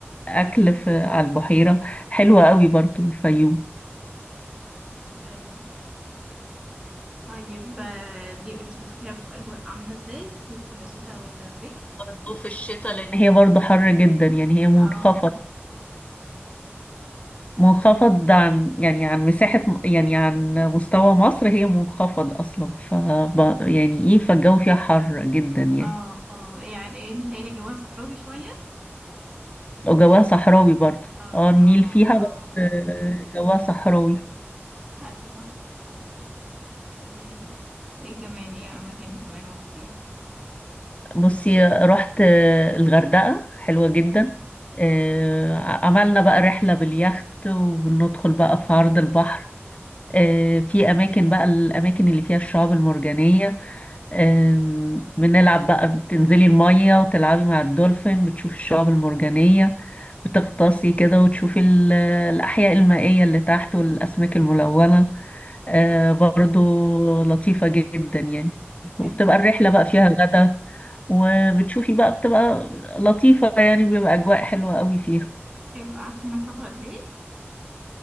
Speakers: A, on the left; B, on the right.
A: أكل في على البحيرة حلوة قوي برضو الفيوم
B: ايوه طيب آه، دي قلتي بتروحيها في اجواء عاملة ازاي صيف ولا شتاء ولا فين
A: برضو في الشتاء لأن هي برضو حر جدا يعني هي منخفضة
B: اه
A: منخفض عن يعني عن مساحة يعني عن مستوى مصر هي منخفض أصلا ف يعني إيه فالجو فيها حر جدا يعني
B: اه اه يعني ايه متهيألي جواها صحراوي شوية
A: وجواها صحراوي برضه
B: اه
A: اه النيل
B: اه
A: فيها
B: اه
A: بس آه، جواها صحراوي
B: ايوه تمام وايه كمان ايه اماكن كمان روحتيها
A: بصي رحت آه، الغردقة حلوة جدا آه، عملنا بقى رحلة باليخت وبندخل بقى في عرض البحر آه، في أماكن بقى الأماكن اللي فيها الشعاب المرجانية آم، بنلعب بقى بتنزلي المية وتلعبي مع الدولفين بتشوفي الشعاب المرجانية بتغطاسي كده وتشوفي ال- الأحياء المائية اللي تحت والأسماك الملونة آه، برضو لطيفة جدا يعني وبتبقى
B: حلو
A: الرحلة بقى فيها غدا وبتشوفي بقى بتبقى لطيفة يعني بيبقى أجواء حلوة قوي فيها
B: حلو قعدتي هناك فترة قد ايه؟